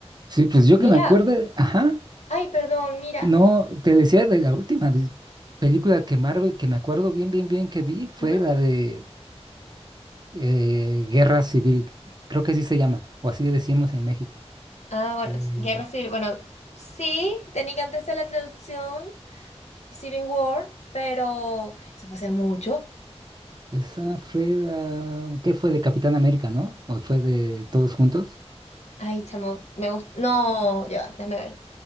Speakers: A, on the right; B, on the left.
A: Sí, pues yo que
B: Mira,
A: me acuerde, ajá,
B: ay, perdón, mira.
A: no, te decía de la última dis- película que Marvel, que me acuerdo bien, bien, bien que vi, fue
B: Ujú.
A: la de eh, Guerra Civil, creo que así se llama, o así le decimos en México.
B: Ah, bueno,
A: Eh,
B: s- Guerra Civil. Bueno, sí, tenía que antes de la traducción Civil War, pero eso fue hace mucho.
A: esa fue la, ¿qué fue de Capitán América, no? ¿O fue de Todos Juntos?
B: Ay, chamo, me gusta. No, ya, va, déjame ver.